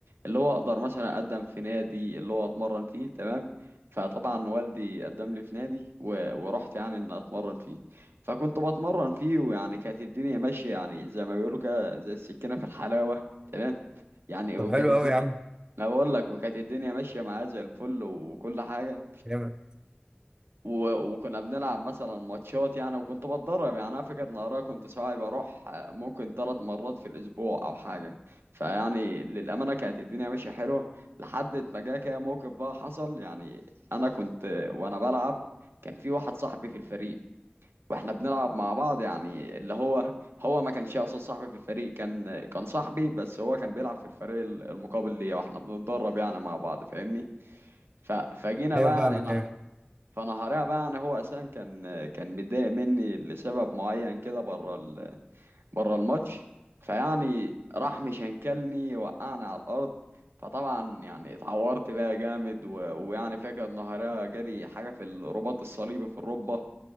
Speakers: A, on the right; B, on the right.
A: اللي هو اقدر مثلا اقدم في نادي اللي هو اتمرن فيه تمام فطبعا والدي قدم لي في نادي و... ورحت يعني ان اتمرن فيه فكنت بتمرن فيه ويعني كانت الدنيا ماشيه يعني زي ما بيقولوا كده زي السكينه في الحلاوه تمام يعني
B: طب
A: وكانت
B: حلو
A: الدنيا
B: قوي يا عم
A: انا بقول لك وكانت الدنيا ماشيه معايا زي الفل وكل حاجه
B: جامد
A: و... وكنا بنلعب مثلا ماتشات يعني وكنت بتدرب يعني انا فاكر نهارها كنت ساعات بروح آه، ممكن ثلاث مرات في الاسبوع او حاجه فيعني للامانه كانت الدنيا ماشيه حلوه لحد ما جه كده موقف بقى حصل يعني انا كنت وانا بلعب كان في واحد صاحبي في الفريق واحنا بنلعب مع بعض يعني اللي هو هو ما كانش اصلا صاحبي في الفريق كان كان صاحبي بس هو كان بيلعب في الفريق المقابل ليا واحنا بنتدرب يعني مع بعض فاهمني ف... فجينا
B: ايوه
A: بقى
B: فاهمك
A: يعني نح...
B: ايوه
A: فنهارها بقى يعني هو اساسا كان كان متضايق مني لسبب معين كده بره ال... بره الماتش فيعني راح مشنكلني وقعني على الارض فطبعا يعني اتعورت بقى جامد و... ويعني فاكر نهارها جري حاجه في الرباط الصليبي في الركبه